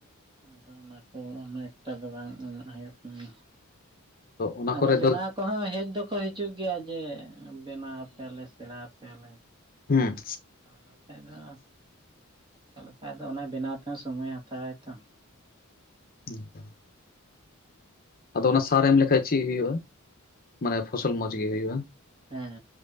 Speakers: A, on the right; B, on the left.
A: ᱟᱫᱚ ᱚᱱᱟ ᱠᱚ ᱩᱱᱟᱜ ᱮᱠᱴᱟ ᱫᱚ ᱵᱟᱝ ᱮᱢ ᱦᱩᱭᱩᱜ ᱠᱟᱱᱟ᱾
B: ᱚᱱᱟ
A: ᱟᱫᱚ
B: ᱠᱚᱨᱮ
A: ᱵᱮᱱᱟᱣ
B: ᱫᱚ
A: ᱠᱚ ᱦᱚᱸ ᱦᱮᱡ ᱫᱚ ᱠᱚ ᱦᱤᱡᱩᱜ ᱜᱮᱭᱟ ᱡᱮ ᱵᱮᱱᱟᱣ ᱟᱯᱮᱭᱟᱞᱮ ᱥᱮᱬᱟ ᱟᱯᱮᱭᱟᱞᱮ᱾
B: ᱦᱮᱸ᱾
A: ᱵᱟᱠᱷᱟᱡ ᱫᱚ ᱚᱠᱟᱞᱮᱠᱟ ᱚᱫᱚ ᱚᱱᱟ ᱵᱮᱱᱟᱣ ᱛᱮᱦᱚᱸ ᱥᱚᱢᱚᱭᱮ ᱦᱟᱛᱟᱣᱟᱭ ᱛᱚ᱾
B: ᱦᱸ ᱟᱫᱚ ᱚᱱᱟ ᱥᱟᱨ ᱮᱢ ᱞᱮᱠᱷᱟᱡ ᱪᱮᱫ ᱦᱩᱭᱩᱜ-ᱟ, ᱢᱟᱱᱮ ᱯᱷᱚᱥᱚᱞ ᱢᱚᱸᱡᱽ ᱜᱮ ᱦᱩᱭᱩᱜ-ᱟ᱾
A: ᱦᱮᱸ